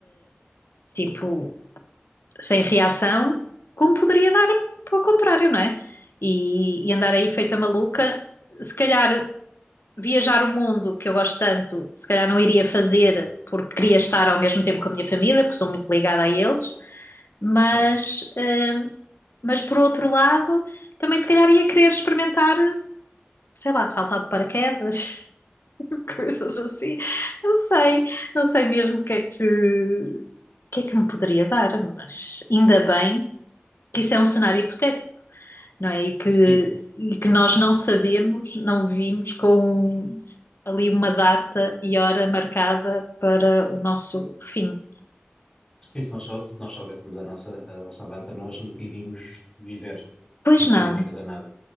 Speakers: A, on the left; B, on the left.
A: tipo, sem reação, como poderia dar ao contrário, não é? E, e andar aí feita maluca, se calhar viajar o mundo que eu gosto tanto, se calhar não iria fazer
B: Uhum,
A: porque queria estar ao mesmo tempo com a minha família, porque sou muito ligada a eles, mas,
B: Certo.
A: eh, mas por outro lado, também se calhar ia querer experimentar, sei lá, saltar de paraquedas. <laughs> coisas assim. Não sei, não sei mesmo o que é que, o que é que me poderia dar, mas ainda bem que isso é um cenário hipotético, não é? E que,
B: Sim,
A: e que nós não sabemos, não vimos com ali uma data e hora marcada para o nosso fim.
B: sim, se nós, sou- se nós soubéssemos a nossa, a nossa data, nós nunca iríamos viver,
A: Pois
B: nunca
A: não,
B: iríamos fazer nada.